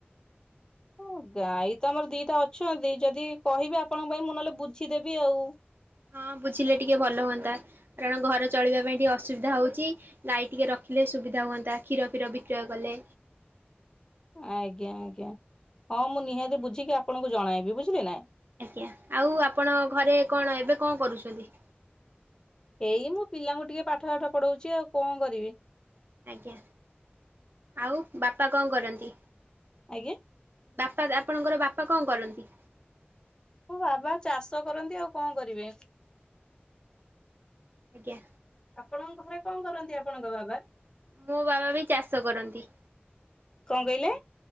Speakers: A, on the left; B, on the right.
A: ହଁ ଗାଈ ତ ଆମର ଦିଟା ଅଛନ୍ତି ଯଦି କହିବେ ଆପଣଙ୍କ ପାଇଁ ମୁଁ ନହେଲେ ବୁଝିଦେବି ଆଉ।
B: ହଁ ବୁଝିଲେ ଟିକେ ଭଲ ହୁଅନ୍ତା କାରଣ ଘର ଚଳିବା ପାଇଁ ଟିକେ ଅସୁବିଧା ହଉଛି। ଗାଈ ଟିକେ ରଖିଲେ ସୁବିଧା ହୁଅନ୍ତା କ୍ଷୀର ଫିର ବିକ୍ରୟ କଲେ।
A: ଆଜ୍ଞା ଆଜ୍ଞା ହଁ ମୁଁ ନିହାତି ବୁଝିକି ଆପଣଙ୍କୁ ଜଣାଇବି ବୁଝିଲି ନା।
B: ଆଜ୍ଞା ଆଉ ଆପଣ ଘରେ କଣ ଏବେ କଣ କରୁଛନ୍ତି?
A: ଏଇ ମୁଁ ପିଲାଙ୍କୁ ଟିକେ ପାଠ ଫାଠ ପଢଉଛି ଆଉ କଣ କରିବି।
B: ଆଜ୍ଞା ଆଉ ବାପା କଣ କରନ୍ତି?
A: ଆଜ୍ଞା।
B: ବାପା ଆପଣଙ୍କର ବାପା କଣ କରନ୍ତି?
A: ମୋ ବାବା ଚାଷ କରନ୍ତି ଆଉ କଣ କରିବେ।
B: ଆଜ୍ଞା।
A: ଆପଣଙ୍କ ଘରେ କଣ କରନ୍ତି ଆପଣଙ୍କ ବାବା?
B: ମୋ ବାବା ବି ଚାଷ କରନ୍ତି।
A: କଣ କହିଲେ?